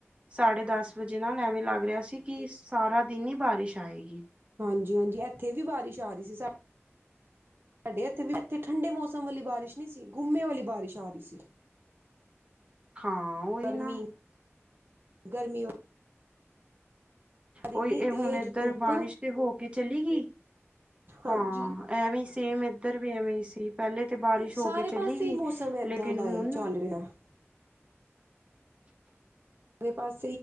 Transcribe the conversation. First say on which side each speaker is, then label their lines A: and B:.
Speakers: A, on the right (about 25°); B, on the right (about 50°).
A: ਸਾਢੇ ਦਸ ਵਜੇ ਨਾਲ ਐਵੇਂ ਲੱਗ ਰਿਹਾ ਸੀ। ਕਿ ਸਾਰਾ ਦਿਨ ਹੀ ਬਾਰਿਸ਼ ਆਏਗੀ।
B: ਹਾਂਜੀ-ਹਾਂਜੀ ਇੱਥੇ ਵੀ ਬਾਰਿਸ਼ ਆ ਰਹੀ ਸੀ ਸ ਸਾਡੇ ਇੱਥੇ ਵੀ ਇੱਥੇ ਠੰਡੇ ਮੌਸਮ ਵਾਲੀ ਬਾਰਿਸ਼ ਨੀ ਸੀ ਘੁੰਮੇ ਵਾਲੀ ਬਾਰਿਸ਼ ਆ ਰਹੀ ਸੀ।
A: ਹਾਂ। ਉਹੀ
B: ਗਰਮੀ,
A: ਨਾ
B: ਗਰਮੀ
A: ਉਈ
B: ਇੰਨੀ
A: ਇਹ
B: ਤੇਜ਼
A: ਹੁਣ ਇਧਰ
B: ਧੁੱਪ
A: ਬਾਰਿਸ਼ ਤੇ ਹੋ ਕੇ ਚਲੀ ਗਈ
B: ਹਾਂਜੀ
A: ਹਾਂ ਐਵੇਂ ਸੇਮ ਇੱਧਰ ਵੀ ਐਵੇਂ ਹੀ ਸੀ ਪਹਿਲੇ ਤੇ ਬਾਰਿਸ਼
B: ਸਾਰੇ
A: ਹੋ ਕੇ
B: ਪਾਸੇ
A: ਚਲੀ ਗਈ
B: ਹੀ ਮੌਸਮ ਏਦਾਂ
A: ਲੇਕਿਨ
B: ਦਾ
A: ਹੁਣ
B: <inaudible> <inaudible>